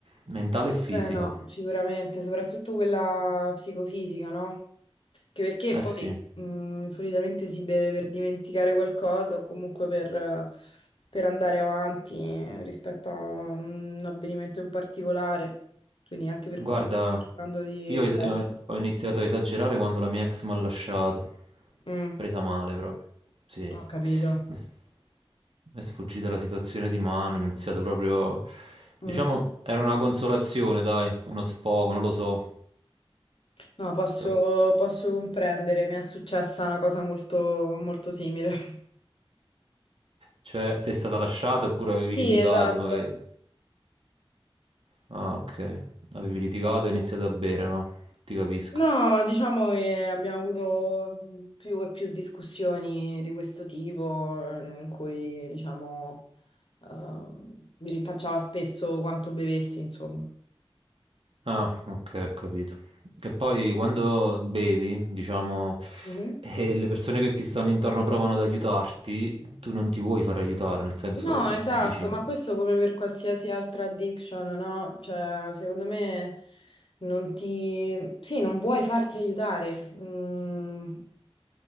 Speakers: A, on the right; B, on the left.
A: mentale e fisica.
B: Beh, no, sicuramente, soprattutto quella psicofisica, no? Che perché
A: Eh
B: poi
A: sì.
B: mh, solitamente si beve per dimenticare qualcosa o comunque per, per andare avanti eh, rispetto a un avvenimento in particolare, quindi anche per
A: Guarda,
B: quello sto cercando di
A: io
B: evitare.
A: es- eh, ho iniziato a esagerare quando la mia ex mi ha lasciato.
B: Mm,
A: Presa male proprio. Sì, mi
B: ho capito.
A: è s- mi è sfuggita la situazione di mano, ho iniziato proprio...
B: Mm.
A: Diciamo, era una consolazione, dai, uno sfogo, non lo so.
B: No, posso,
A: So-
B: posso comprendere, mi è successa una cosa molto, molto simile. <laughs>
A: Cioè, sei stata lasciata oppure avevi
B: Sì,
A: litigato?
B: esatto.
A: e- Ah, ok. Avevi litigato e hai iniziato a bere, ma ti capisco.
B: No, diciamo che abbiamo avuto più e più discussioni di questo tipo, eh, in cui, diciamo, ehm, mi rinfacciava spesso quanto bevessi, insomma.
A: Ah, ok, ho capito. E poi quando bevi, diciamo,
B: Mhm.
A: e le persone che ti stanno intorno provano ad aiutarti, tu non ti vuoi far aiutare, nel senso,
B: No, esatto,
A: dici,
B: ma questo come per qualsiasi altra addiction, no? Cioè, secondo me non ti... Sì, non vuoi farti aiutare. Mm,